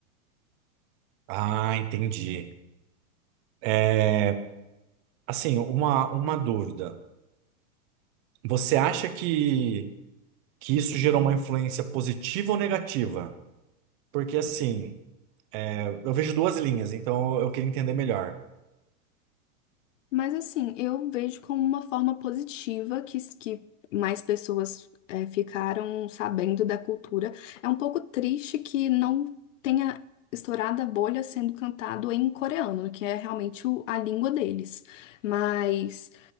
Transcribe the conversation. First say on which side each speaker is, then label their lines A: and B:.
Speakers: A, on the right; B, on the left.
A: ah, entendi. É, assim, uma, uma dúvida. Você acha que, que isso gerou uma influência positiva ou negativa? Porque assim, eu eu vejo duas linhas, então eu queria entender melhor.
B: Mas assim, eu vejo como uma forma positiva que, que mais pessoas é, ficaram sabendo da cultura. É um pouco triste que não tenha estourado a bolha sendo cantado em coreano, que é realmente o- a língua deles. Mas